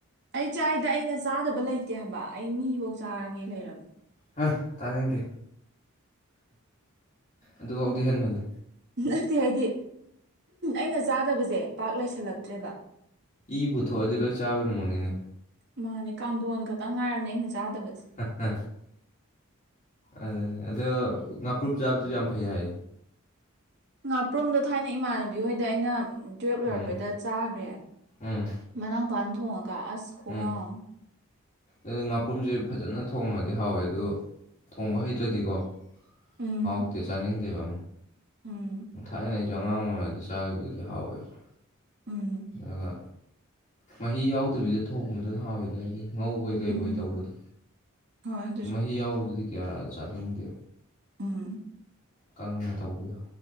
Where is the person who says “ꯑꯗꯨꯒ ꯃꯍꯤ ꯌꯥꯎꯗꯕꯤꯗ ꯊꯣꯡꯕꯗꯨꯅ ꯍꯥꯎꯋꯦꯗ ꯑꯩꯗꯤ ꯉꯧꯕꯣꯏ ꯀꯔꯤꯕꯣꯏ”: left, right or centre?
Left